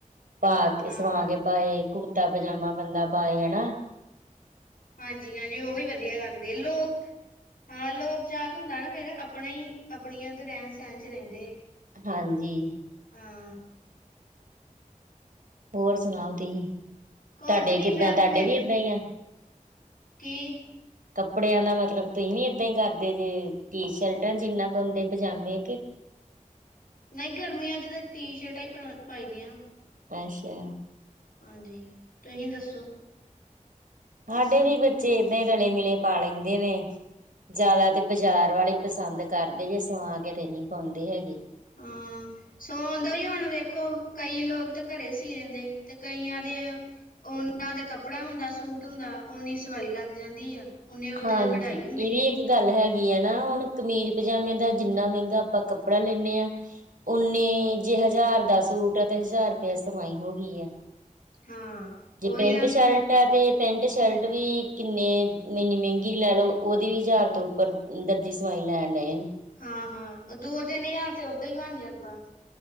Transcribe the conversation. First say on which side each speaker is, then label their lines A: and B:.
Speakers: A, on the right; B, on the left.
A: ਭਾਗ
B: ਹਾਂ
A: ਇਹ, ਸਵਾ ਕੇ ਪਾਏ। ਕੁੜਤਾ- ਪਜਾਮਾ ਬੰਦਾ ਪਾਣੇ। ਹਣਾ।
B: ਹਾਂਜੀ- ਹਾਂਜੀ, ਉਹੀ ਵਧੀਆ ਲੱਗਦੇ, ਲੋਕ ਹਾਂ। ਲੋਕ ਚਾਹਤ, ਹੁੰਦਾ ਨਾ ਫੇਰ ਆਪਣਾ ਹੀ। ਆਪਣੀਆਂ ਤੇ ਰਹਿਣ, - ਸਹਿਣ ਚ ਰਹਿੰਦੇ।
A: ਹਾਂਜੀ।
B: ਹਾਂ।
A: ਹੋਰ ਸੁਣਾਓ ਤੁਸੀਂ?
B: ਕੁਝ
A: ਤੁਹਾਡੇ
B: ਨੀ
A: ਕਿਦਾਂ?
B: ਮੈਂ
A: ਤੁਹਾਡੇ
B: ਵੇਖ
A: ਵੀ ਇਦਾਂ ਹੀ ਆ?
B: ਕੀ
A: ਕੱਪੜੇਆਂ ਦਾ ਮਤਲਬ, ਤੁਸੀਂ ਵੀ ਇਦਾਂ ਹੀ ਕਰਦੇ। ਜੇ, ਟੀ ਸ਼ਰਟਾਂ, ਜਿੰਨਾ, ਪਾਂਦੇ। ਪਜਾਮੇ ਕਿ-
B: ਨਹੀਂ, ਗਰਮੀਆ ਚ ਜਦੋਂ, ਟੀ ਸ਼ਰਟਾਂ ਹੀ ਪਾਈ ਦੀਆਂ ਵਾ।
A: ਅੱਛਾ।
B: ਹਾਂਜੀ, ਤੁਸੀਂ ਦੱਸੋ?
A: ਸਾਡੇ ਵੀ ਬੱਚੇ, ਏ ਦੇ ਰਲੇ- ਮਿਲੇ ਪਾ ਲੈਂਦੇ ਨੇ। ਜਿਆਦਾ ਤੇ ਬਾਜ਼ਾਰ ਵਾਲੇ ਹੀ। ਪਸੰਦ ਕਰਦੇ ਨੇ। ਸਮਾ ਕੇ ਦੇਨੀ, ਪਾਉਂਦੀ ਹੈਨੀ ਗੇ।
B: ਹਾ, ਸੋਨ ਦਾ ਵੀ ਹੁਣ ਵੇਖੋ। ਕਈ ਲੋਕ ਤਾਂ, ਘਰੇ ਸੀ ਲਹਿੰਦੇ। ਤੇ ਕਈਆਂ ਦੇ ਉਹਨਾਂ ਦੇ ਕੱਪੜਾ ਹੁੰਦਾ। ਸੂਟ ਹੁੰਦਾ, ਉਨੀ ਸਵਾਹੀ ਲੱਗ ਜਾਂਦੀ ਆ। ਉਹਨੇ ਉਤੇ,
A: ਹਾਂਜੀ
B: ਕੜਾਈ
A: ਇਹ
B: ਹੁੰਦੀ
A: ਵੀ
B: ਹ।
A: ਇੱਕ ਗੱਲ ਹੈਗੀ ਹ ਨਾ। ਹੁਣ ਕਮੀਜ਼- ਪਜਾਮੇ ਦਾ ਜਿੰਨਾ ਮਹਿੰਗਾ ਆਪਾਂ ਕੱਪੜਾ ਲੇਨੇ ਆਂ। ਉਹਨੇ ਜੇ, ਹਜ਼ਾਰ ਦਾ ਸੂਟ, ਤੇ ਹਜ਼ਾਰ ਸਵਾਈ ਹੋ ਗਈ ਆ।
B: ਹਾਂ।
A: ਜੇ
B: ਉਹੀ
A: ਪੇਂਟ,
B: ਨਾ
A: ਸ਼ਰਟ ਆ ਤੇ। ਪੈਂਟ- ਸ਼ਰਟ ਵੀ ਕਿੰਨੇ ਮਿਨੀ, ਮਹਿੰਗੀ ਲੈ ਲਓ। ਉਹਦੀ ਵਿ ਯਾਰ ਤੋਂ ਉੱਪਰ, ਦਰਜੀ ਸਵਾਈ ਲੈਣ ਡਣੇ ਆ।
B: ਹਾਂ- ਹਾਂ, ਦੋ, ਦਿਨ ਯਾਰ ਤੇ, ਉਧਰ ਹੀ ਬਣ ਜਾਂਦਾ।